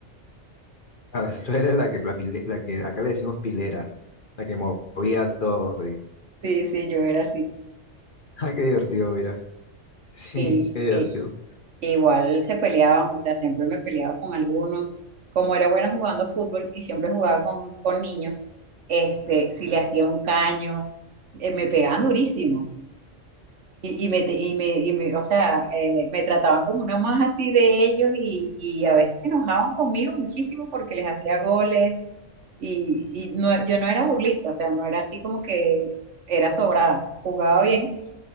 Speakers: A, on the left; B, on the right.
A: Ah, <laughs> Tú eres la que, la, pile- la que acá le decimos pilera, la que movía todo, sí. <laughs>
B: Sí, sí, yo era así.
A: Ah, qué divertido, mira. Sí,
B: Y,
A: <laughs> qué divertido.
B: y- igual se peleaban, o sea, siempre me peleaba con alguno. Como era buena jugando fútbol y siempre jugaba con, con niños, este, si le hacía un caño, eh, me pegaban durísimo. Y, y me, te- y me, y me- o sea, eh, me trataban como una más así de ellos y, y a veces se enojaban conmigo muchísimo porque les hacía goles y, y no, yo no era burlista, o sea, no era así como que era sobrada, jugaba bien,